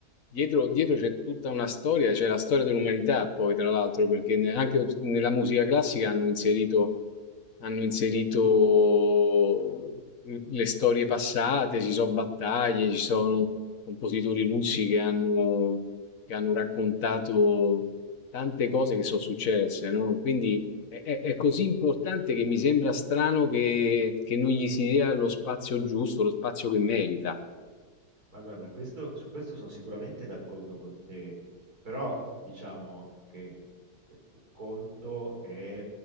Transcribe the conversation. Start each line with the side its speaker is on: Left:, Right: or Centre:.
Left: Dietro, dietro c'è tutta una storia, c'è la storia dell'umanità poi, tra l'altro, perché ne- anche nella musica classica hanno inserito hanno inserito le storie passate, ci sono battaglie, ci sono compositori russi che hanno, che hanno raccontato tante cose che sono successe, no? Quindi è, è- è così importante che mi sembra strano che, che non gli si dia lo spazio giusto, lo spazio che merita,
Right: Ma guarda, questo- su questo sono sicuramente d'accordo con te, però diciamo che eh, un conto è